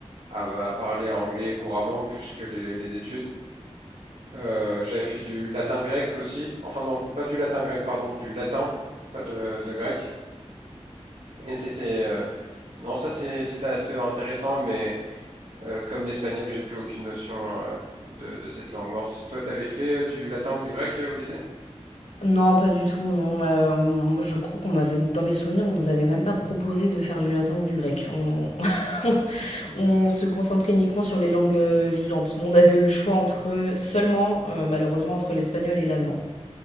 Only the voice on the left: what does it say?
Non, pas du tout, non. euh, on- je crois qu'on m'avait, dans mes souvenirs, on nous avait même pas proposé de faire du latin ou du grec. On, <laughs> on se concentrait uniquement sur les langues euh, vivantes. Nous, on avait eu le choix entre seulement, euh, malheureusement, entre l'espagnol et l'allemand.